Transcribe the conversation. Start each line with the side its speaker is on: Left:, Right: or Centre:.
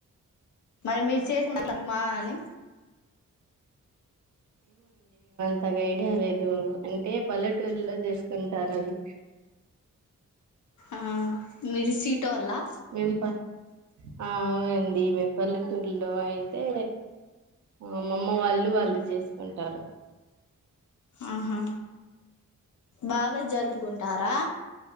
Left: మరి మీరు చేయకుండా మనమ్మా అని
Right: అంతకు ఐడియా లేదు అంటే పల్లెటూరులో చేసుకుంటారు అవి
Left: ఆ మిర్చి టోలా
Right: మేము ప ఆ అవునండి దీమె పల్లెటూరులో ఆయి అయితే అమ్మమ్మ వాళ్ళు వాళ్ళు చేసుకుంటారు
Left: ఆహా బాగా జరుపుకుంటారా